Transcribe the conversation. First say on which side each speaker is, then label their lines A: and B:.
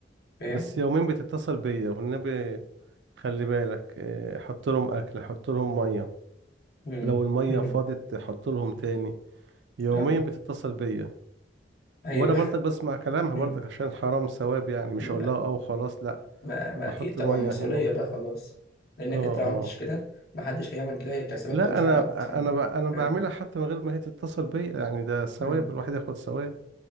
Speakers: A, on the left (about 55°); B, on the right (about 75°).
A: فاهم
B: بس يومين بتتصل بيا والنبي خلي بالك آه حط لهم اكل حط لهم مية
A: مم.
B: لو المية
A: <laughs>
B: فاضت حط لهم تاني يوميا
A: اه
B: بتتصل بيا
A: ايوه
B: وانا برضك بسمع كلامها
A: <laughs>
B: برضك عشان حرام ثواب يعني مش
A: ما,
B: هقول لها اه وخلاص لا
A: ما, ما
B: بحط
A: اكيد طبعا
B: ميه
A: مسؤوليه
B: هنا و-
A: بقى خلاص لانك
B: اه
A: انت لو
B: اه
A: عملتش كده ما حدش هيعمل كده هي بتحسبك
B: لا
A: خلاص
B: انا
A: عملت فاهم
B: انا ب- انا
A: فاهم؟
B: بعملها حتى من غير ما هي تتصل بيا يعني ده ثواب
A: امم
B: الواحد ياخد ثواب